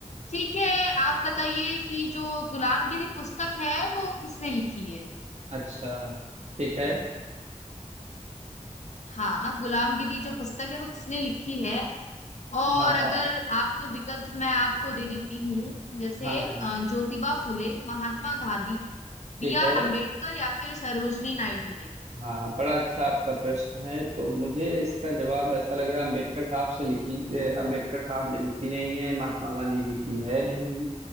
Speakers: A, on the left; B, on the right.
A: ठीक है आप बताइए कि जो गुलामगिरी पुस्तक है वो किसने लिखी है
B: अच्छा ठीक है
A: हाँ गुलामगिरी जो पुस्तक है वो किसने लिखी है और
B: हाँ
A: अगर
B: आ-
A: आपको विकल्प मैं आपको दे देती हूँ जैसे
B: हाँ हाँ
A: अ, ज्योतिबा फुले महात्मा गांधी बी
B: ठीक है
A: आर अम्बेडकर या फिर सरोजनी नायडू ने
B: हाँ बड़ा अच्छा आपका प्रश्न है तो मुझे इसका जवाब ऐसा लग रहा है अंबेडकर साहब से लिखी ए, अंबेडकर साहब ने लिखी नहीं है महात्मा गांधी जी की है नहीं